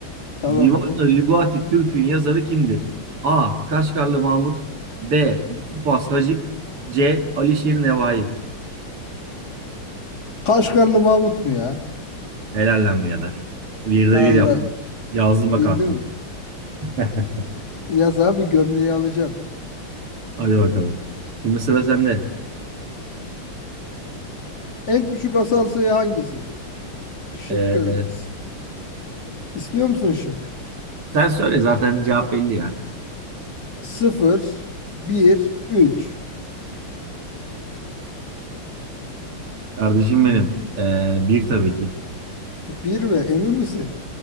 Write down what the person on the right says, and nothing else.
Divan-ı Lügati Türk'ün yazarı kimdir? A. Kaşgarlı Mahmut B. Yusuf Has Hacip C. Alişir Nevai
Helal lan birader. Bir de bir
yaptım. Yazdım
bak artık. <laughs>
Hadi bakalım. Şimdi sıra sende.
Ee,
sen söyle zaten cevap belli ya.
Kardeşim benim. Ee, bir tabii ki.